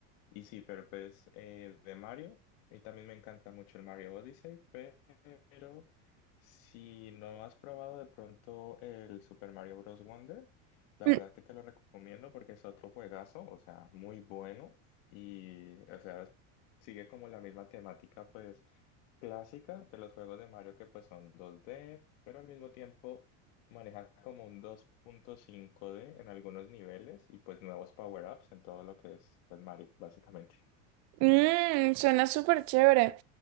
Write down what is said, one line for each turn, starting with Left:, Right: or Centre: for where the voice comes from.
Left: Y sí, pero pues eh, de Mario, y también me encanta mucho el Mario Odyssey, pero si no has probado de pronto el Super Mario Bros. Wonder, la
Right: Mm.
Left: verdad que te lo recomiendo porque es otro juegazo, o sea, muy bueno y, o sea, sigue como la misma temática pues clásica de los juegos de Mario que pues son dos d pero al mismo tiempo Maneja como un dos punto cinco d en algunos niveles y pues nuevos power-ups en todo lo que es pues Mario, básicamente.
Right: Mmm, suena súper chévere.